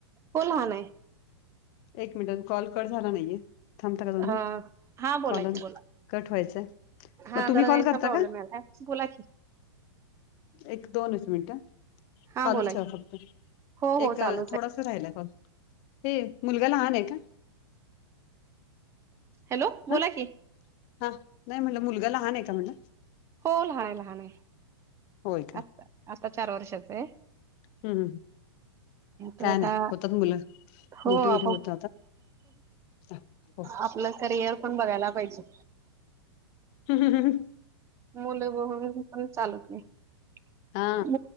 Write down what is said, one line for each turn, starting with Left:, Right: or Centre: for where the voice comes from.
Right: हो लहान आहे.
Left: एक मिनिट कॉल कट झाला नाहीये थांबता का दोन मिनिट
Right: हा हा बोला
Left: कॉलन
Right: की बोला
Left: कट व्हायचंय.
Right: हा
Left: मग तुम्ही
Right: जरा
Left: कॉल
Right: नेटचा
Left: करता
Right: प्रॉब्लेम
Left: का
Right: आला <inaudible>
Left: एक दोनच मिनट
Right: हा
Left: चालूच
Right: बोला
Left: ठेवा
Right: की
Left: फक्त
Right: हो
Left: एक
Right: हो चालूच
Left: थोडास राहिलाय हे मुलगा लहान आहे का?
Right: हॅलो बोला
Left: हा
Right: की
Left: हा नाही म्हणलं मुलगा लहान आहे का म्हणलं.
Right: हो लहान आहे लहान आहे.
Left: होय का?
Right: आता आता चार वर्षाच आहे.
Left: हम्म काय
Right: त आता
Left: नाही होतात मुलं
Right: हो
Left: मोठी
Right: <inaudible>
Left: मोठी होत आता
Right: आपलं करिअर पण बघायला पाहिजे.
Left: हम ह ह.
Right: मुलं <inaudible> पण चालत नाही
Left: हा